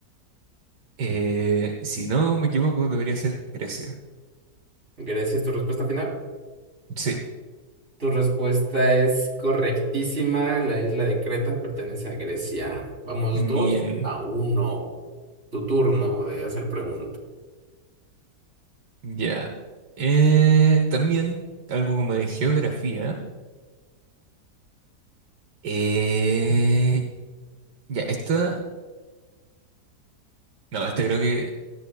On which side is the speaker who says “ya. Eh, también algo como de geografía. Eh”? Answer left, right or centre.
Right